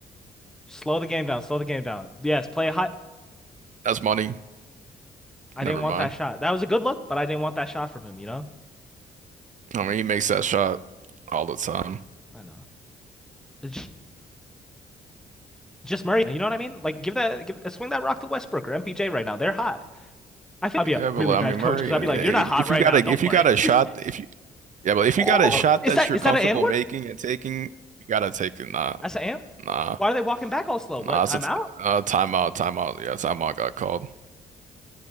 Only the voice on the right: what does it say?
That's money.
Never
mind.
I mean, he makes that shot all the time.
Yeah, but
like,
I mean, Murray,
if,
if
you got
a if
you got a
shot,
if you yeah, but if
you got a shot
that
you're
comfortable
making and taking, you gotta take it. Nah,
nah,
nah.
It's
a t- uh, timeout, timeout. Yeah, timeout got called.